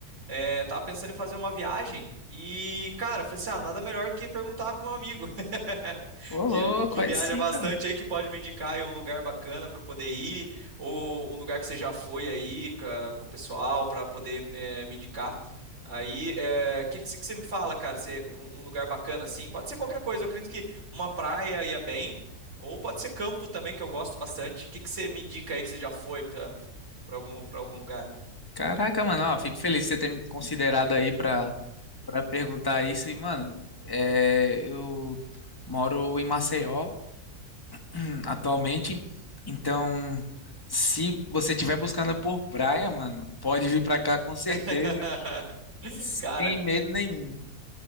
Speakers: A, on the right; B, on the left.
A: É, tava pensando em fazer uma viagem e, cara, falei assim: ah, nada melhor que perguntar pro meu amigo <laughs>
B: Ô, louco,
A: que, que
B: aí
A: viaja
B: sim,
A: bastante
B: cara.
A: aí, que pode me indicar aí um lugar bacana para poder ir, ou um lugar que você já foi aí ca- com, o pessoal para poder é, me indicar. Aí, o que, que, você que você me fala, cara? Você, um, um lugar bacana assim? Pode ser qualquer coisa, eu acredito que uma praia ia bem. Ou pode ser campo também, que eu gosto bastante. O que que você me indica aí que você já foi para algum, para algum lugar?
B: Caraca, mano, ó, fico feliz de você ter me considerado aí pra, pra perguntar isso. E, mano, é, eu moro em Maceió <clears throat> atualmente, então se você estiver buscando por praia, mano, pode vir pra cá com certeza,
A: <laughs>
B: sem
A: Cara,
B: medo nenhum.